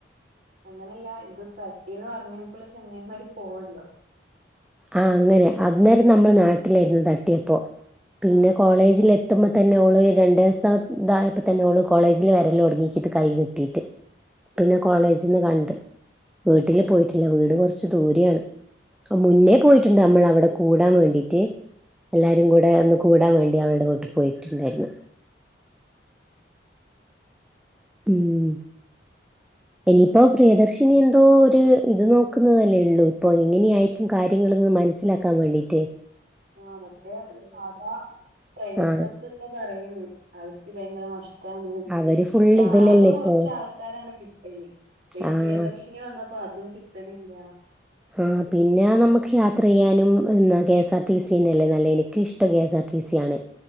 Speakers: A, on the right; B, in the centre.
A: അങ്ങനെയല്ല ഇത് പറ്റിന്ന് പറഞ്ഞപ്പള് ചങ്ങായിമാര് പോവല്ലോ
B: ആഹ് അങ്ങനെ അന്നേരം നമ്മള് നാട്ടിലായിര്ന്ന് തട്ടിയപ്പോ പിന്നെ
A: ആഹ്
B: കോളേജില് എ ത്തുമ്പോ തന്നെ ഓള് രണ്ട് ദിവസ ഇതായപ്പോ തന്നെ ഓള് കോളേജില് വെരല് തൊടങ്ങീക്കിത് കൈ കെട്ടീട്ട് പിന്നെ
A: ഉം
B: കോളേജിന്ന് കണ്ട് വീട്ടില് പോയിട്ടില്ല വീട് കൊറച്ച് ദൂരേയാണ് മുന്നേ
A: ഉം
B: പോയിട്ടോണ്ട് നമ്മള് അവടെ കൂടാൻ വേണ്ടീറ്റ് എല്ലാരും
A: ആഹ്
B: കൂടെ ഒന്ന് കൂടാൻ വേണ്ടി അവൾടെ വീട്ടി പോയിട്ടുണ്ടായിരുന്നു ഉം ഇനിയിപ്പോ പ്രിയദർശിനി എന്തോ ഒര് ഇത് നോക്കുന്നതല്ലേ ഇള്ളൂ ഇപ്പൊ എങ്ങനെയായിരിക്കും കാര്യങ്ങള്ന്ന് മനസ്സിലാ ക്കാൻ വേണ്ടിറ്റ്
A: ആ മറ്റേ അത് സാധാ പ്രൈവറ്റ്
B: ആഹ്
A: ബസ്സോക്കെ പറയുന്ന് അവർക്ക് ഭയങ്കര നഷ് ട്ടാണ്
B: അവര് ഫുൾ ഇതിലല്ലേ
A: ആകെ
B: ഇപ്പൊ
A: കൊറച്ച് ആൾക്കാരാണ് കിട്ടല് ഇപ്പ ഈ
B: ആഹ്
A: പ്രിയദർശി നി വന്നപ്പോ അതും കിട്ടണില്ല
B: ആ പിന്നെ നമുക്ക് യാത്ര ചെയ്യാനും ഉം K S R T C ന്നെല്ലേ നല്ലേന് എനിക്കിഷ്ടം K S R T C ആണ്